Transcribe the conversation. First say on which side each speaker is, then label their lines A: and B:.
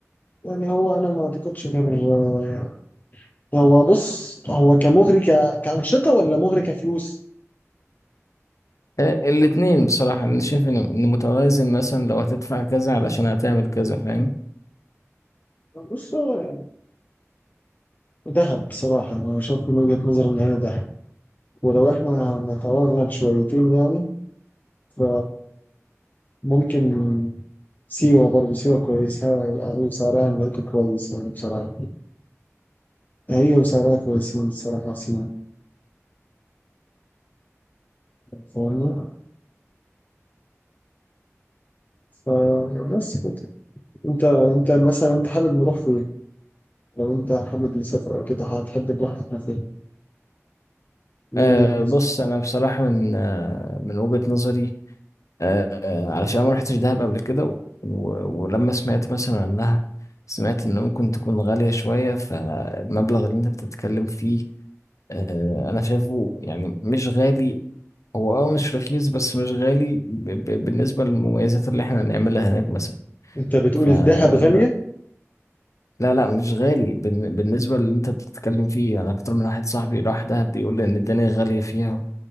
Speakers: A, on the left; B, on the left.
A: يعني هو انا ما اعتقدش غير آه، هو بص هو كمغري ك... كأنشطة ولا مغري كفلوس؟
B: آه، الاتنين بصراحة انا شايف ان إن متوازن مثلا لو هتدفع كذا علشان هتعمل كذا فاهم
A: بص هو يعني ذهب بصراحة أنا شايف من وجهة نظري إن هي ذهب ولو إحنا نتوغل شويتين يعني ف ممكن سيوة برضه سيوة كويسة وسعرها هناك كويس يعني بصراحة هي وسعرها كويسين الصراحة سيوة فاهمني؟ فبس كده أنت أنت مثلا أنت حابب نروح فين؟ لو أنت حابب نسافر أو كده هتحب نروح إحنا فين؟ من
B: أه
A: وجهة نظرك
B: بص انا بصراحة من أه من وجهة نظري آه، علشان ما رحتش دهب قبل كده و... و- ولما سمعت مثلا عنها سمعت ان ممكن تكون غالية شوية فالمبلغ اللي انت بتتكلم فيه آه، انا شايفه يعني مش غالي هو اه مش رخيص بس مش غالي ب... ب... بالنسبة للمميزات اللي احنا هنعملها هناك مثلا
A: أنت بتقول
B: فلا
A: الذهب غالية
B: لا لا مش غالي بالن- بالنسبة اللي انت بتتكلم فيه انا اكتر من واحد صاحبي راح دهب بيقول لي ان الدنيا غالية فيها